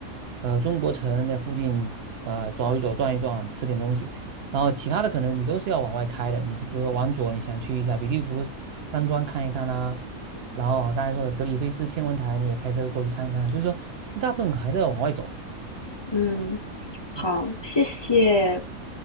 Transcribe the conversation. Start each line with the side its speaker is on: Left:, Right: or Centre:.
Right: 呃，中国城那附近，呃，走一走，转一转，吃点东西。然后其他的可能你都是要往外开的。你比如说往左，你想去一下比利福山庄看一看啦、然后啊刚才说的格里菲斯天文台，你也开车过去看一看。就是说，大部分还是要往外走的。
Left: 嗯，好，
Right: 嗯
Left: 谢谢